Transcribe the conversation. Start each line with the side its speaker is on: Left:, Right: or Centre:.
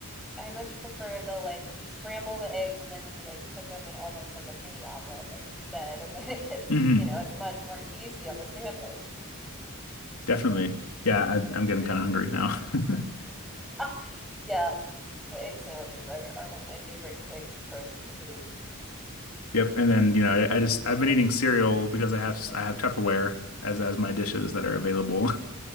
Centre: I much prefer the like you scramble the eggs and then you like cook them in almost like a mini omelet, like you said, and <laughs> then it gets
Left: hmm
Centre: you know it's much more easy on the sandwich.
Left: Definitely. Yeah, I, I'm getting kind of hungry now. <laughs>
Centre: <laughs> yeah, the egg sandwiches are, are one of my favorite quick protein foods.
Left: Yep. And then, you know, I, I just I've been eating cereal because I have I have Tupperware as as my dishes that are available.